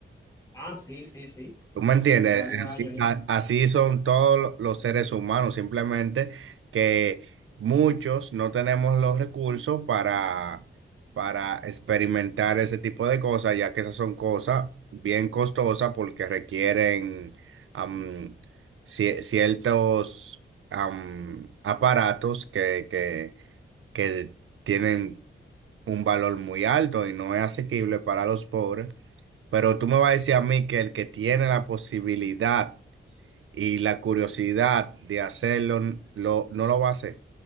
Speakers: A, on the left (about 15°); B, on the right (about 75°).
A: Ah, sí, sí, sí.
B: Tú me entiendes,
A: Tiene varios años
B: así,
A: ya.
B: a- así son todos lo- los seres humanos, simplemente que muchos no tenemos los recursos para, para experimentar ese tipo de cosas, ya que esas son cosas bien costosas porque requieren am, cie- ciertos am, aparatos que, que, que tienen un valor muy alto y no es asequible para los pobres, pero tú me vas a decir a mí que el que tiene la posibilidad y la curiosidad de hacerlo, n- lo, no lo va a hacer.